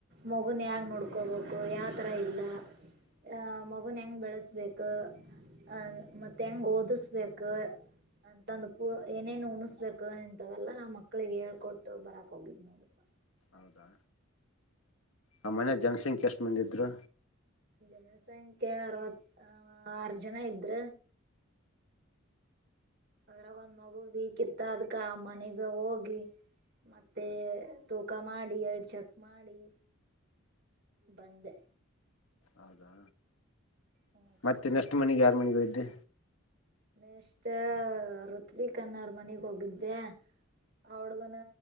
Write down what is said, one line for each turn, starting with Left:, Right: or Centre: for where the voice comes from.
Right: ಮಗುನ್ ಹ್ಯಾಗ್ ನೋಡ್ಕೋಬೇಕು ಯಾವತರ ಇಲ್ಲ, ಹಾ ಮಗುನ್ ಹೆಂಗ್ ಬೆಳೆಸ್ಬೇಕು ಅ ಮತ್ತೆ ಹೆಂಗ್ ಓದಸ್ಬೇಕು ಅಂತಂದು ಪು ಏನೇನು ಉಣಸ್ಬೇಕು ಇಂತವೆಲ್ಲಾ ಮಕ್ಕಳಿಗ್ ಹೇಳ್ಕೊಟ್ಟು ಬರಾಕ್ ಹೋಗಿದ್ ನೋಡಪ್ಪಾ.
Left: ಹೌದಾ ಆ ಮನೆ ಜನಸಂಖ್ಯೆ ಎಷ್ಟ್ ಮಂದಿ ಇದ್ರು?
Right: ಜನಸಂಖ್ಯೆ ಅರವತ್ ಆರ್ ಜನ ಇದ್ರ, ಅದ್ರಾಗ ಒಂದ್ ಮಗು ವೀಕ್ ಇತ್ತ ಅದ್ಕ ಆ ಮನೀಗ ಹೋಗಿ ಮತ್ತೆ ತೂಕ ಮಾಡಿ ಐಟ್ ಚೆಕ್ ಮಾಡಿ ಬಂದೆ.
Left: ಹೌದಾ
Right: ಹಗ
Left: ಮತ್ತೆ ನೆಷ್ಟಸ್ಟ್ ಮನೆಗೆ ಯ- ಮನಿಗೋಗಿದೆ.
Right: ನೆಸ್ಟ್ ಋತ್ವಿಕ್ ಅನ್ನಾರ್ ಮನಗ್ ಹೋಗಿದೆ ಅವಡ್ಗನ